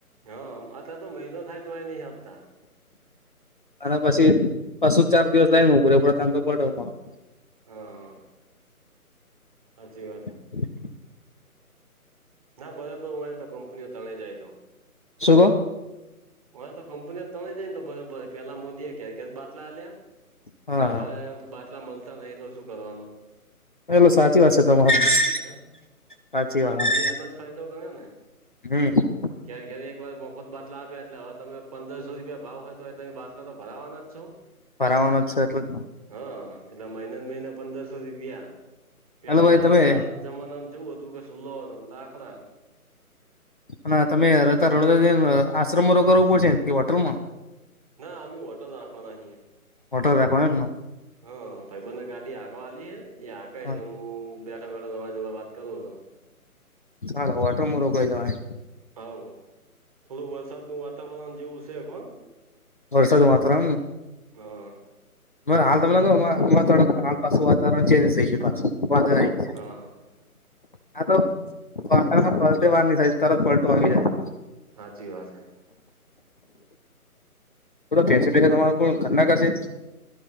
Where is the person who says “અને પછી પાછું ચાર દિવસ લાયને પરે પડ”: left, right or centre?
Left